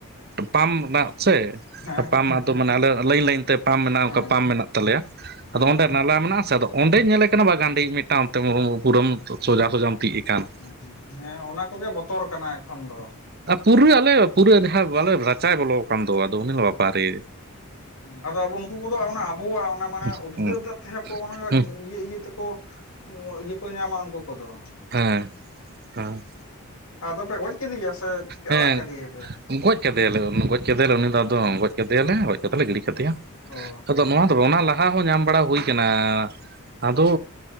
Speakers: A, on the right; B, on the left.
A: ᱯᱟᱢᱯ ᱫᱟᱜ ᱥᱮ
B: ᱦᱮᱸ ᱦᱮᱸ
A: ᱯᱟᱢᱯ
B: ᱦᱮᱸ
A: ᱟᱫᱚ ᱢᱟᱱᱮ ᱟᱞᱮ ᱞᱟᱹᱭᱤᱱ ᱞᱟᱹᱭᱤᱱ ᱛᱮ ᱯᱟᱢᱯ ᱢᱮᱱᱟᱜᱼᱟ
B: ᱦᱮᱸ
A: ᱚᱱᱠᱟ ᱯᱟᱢᱯ ᱢᱮᱱᱟᱜ ᱛᱟᱞᱮᱭᱟ
B: ᱦᱮᱸ
A: ᱟᱫᱚ
B: ᱚ
A: ᱚᱸᱰᱮ ᱱᱟᱞᱟ ᱢᱮᱱᱟᱜᱼᱟ ᱥᱮ, ᱚᱸᱰᱮᱧ ᱧᱮᱞᱮ ᱠᱟᱱᱟ ᱵᱟᱝ ᱜᱟᱱᱰᱮ ᱤᱡ ᱢᱤᱫᱴᱟᱝ ᱚᱱᱛᱮ ᱯᱩᱨᱟᱹᱢ ᱥᱚᱡᱟ ᱥᱚᱡᱟᱢ ᱛᱤᱡ ᱟᱠᱟᱱ ᱾
B: ᱚ ᱦᱮᱸ ᱚᱱᱟ ᱠᱚᱜᱮ ᱵᱚᱛᱚᱨ ᱠᱟᱱᱟ ᱮᱠᱷᱚᱱ ᱫᱚ,
A: ᱟᱨ ᱯᱩᱨᱟᱹ ᱟᱞᱮ ᱯᱩᱨᱟᱹ ᱡᱟᱦᱟᱸ ᱟᱞᱮ ᱨᱟᱪᱟᱭ ᱵᱚᱞᱚ ᱟᱠᱟᱱ ᱫᱚ ᱟᱫᱚ ᱩᱱᱤ ᱵᱟᱰᱟᱨᱮ
B: ᱟᱫᱚ ᱟᱵᱚ ᱩᱱᱠᱩ ᱠᱚᱫᱚ ᱚᱱᱟ ᱟᱵᱚᱣᱟᱜ ᱚᱱᱟ ᱢᱟᱱᱮ
A: ᱦᱩᱸ
B: ᱩᱫᱽᱜᱟᱹᱨ ᱫᱟᱜ ᱛᱟᱦᱮ ᱠᱚᱸᱚᱱᱮ ᱚᱱᱚᱠᱟ
A: ᱦᱩᱸ
B: ᱤᱭᱟᱹ ᱤᱭᱟᱹ ᱛᱮᱠᱚ ᱤᱭᱟᱹ ᱠᱚ ᱧᱟᱢᱟ ᱩᱱᱠᱩ ᱠᱚᱫᱚ ᱾
A: ᱦᱮᱸ ᱦᱮᱸ
B: ᱟᱫᱚ ᱯᱮ ᱜᱚᱡ ᱠᱮᱫᱮᱭᱟ ᱥᱮ ᱪᱤᱠᱟᱹ
A: ᱦᱮᱸ
B: ᱟᱲᱟᱜ ᱠᱟᱫᱮᱭᱟᱯᱮ
A: ᱜᱚᱡ ᱠᱮᱫᱮᱭᱟᱞᱮ ᱜᱚᱡ ᱠᱮᱫᱮᱭᱟᱞᱮ ᱩᱱᱤ ᱫᱚ ᱟᱫᱚ
B: ᱚ
A: ᱜᱚᱡ ᱠᱟᱛᱮ ᱫᱤᱭᱟᱞᱮ ᱜᱚᱡ ᱠᱟᱛᱮ ᱞᱮ ᱜᱤᱲᱤ ᱠᱟᱫᱮᱭᱟ
B: ᱚ
A: ᱟᱫᱚ ᱱᱚᱣᱟ ᱫᱚ ᱚᱱᱟ ᱞᱟᱦᱟ ᱦᱚᱸ ᱧᱟᱢ ᱵᱟᱲᱟ ᱦᱩᱭ ᱠᱟᱱᱟ ᱾ ᱟᱫᱚ